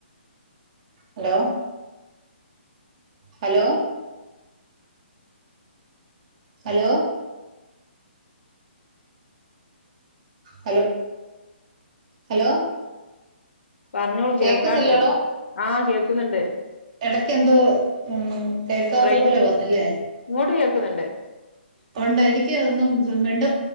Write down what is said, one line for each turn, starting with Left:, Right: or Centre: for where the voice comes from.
Right: hello hello hello hello hello
Left: പറഞ്ഞോളൂ
Right: കേക്കുന്നില്ലടോ
Left: കേൾക്കാണ്ട് ആഹ് കേൾക്കുന്നുണ്ട്
Right: ഇടക്ക് എന്തോ ഉ കേൾക്കാത്ത
Left: റേഞ്ച്
Right: പോലെ വന്നില്ലേ
Left: ഇങ്ങോട്ട് കേൾക്കുന്നുണ്ട്
Right: പണ്ട എരിക്കക്ക് ഒന്നും മിണ്ട